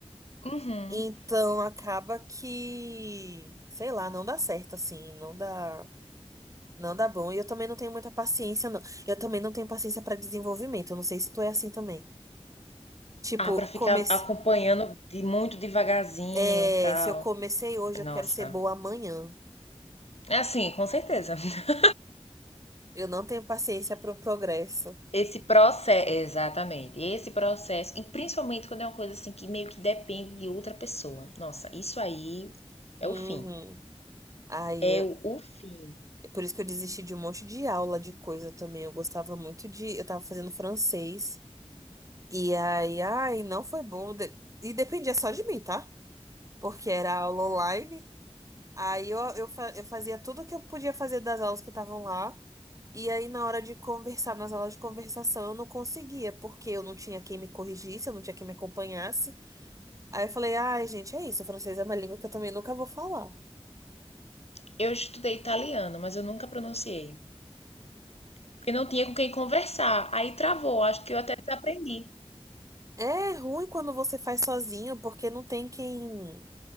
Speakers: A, on the left; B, on the right.
A: Uhum.
B: Então acaba que, sei lá, não dá certo assim, não dá, não dá bom. E eu também não tenho muita paciência, não. Eu também não tenho paciência para desenvolvimento. Eu não sei se tu é assim também. Tipo,
A: Ah, pra ficar
B: comecei,
A: acompanhando de muito devagarzinho,
B: é,
A: tal.
B: se eu comecei hoje, eu
A: Nossa.
B: quero ser boa amanhã.
A: É assim, com certeza. <laughs>
B: Eu não tenho paciência pro progresso.
A: Esse processo, exatamente. Esse processo, e principalmente quando é uma coisa assim que meio que depende de outra pessoa. Nossa, isso aí é
B: Uhum.
A: o fim.
B: Aí,
A: É
B: eu-
A: o, o fim.
B: por isso que eu desisti de um monte de aula de coisa também. Eu gostava muito de. Eu tava fazendo francês. E aí, ai, não foi bom. De- E dependia só de mim, tá? Porque era aula online. Aí eu, eu, fa- eu fazia tudo o que eu podia fazer das aulas que estavam lá. E aí, na hora de conversar, nas aulas de conversação, eu não conseguia, porque eu não tinha quem me corrigisse, eu não tinha quem me acompanhasse. Aí eu falei, ai, gente, é isso, francês é uma língua que eu também nunca vou falar.
A: Eu estudei italiano, mas eu nunca pronunciei. porque não tinha com quem conversar. Aí travou, acho que eu até desaprendi.
B: É ruim quando você faz sozinho, porque não tem quem,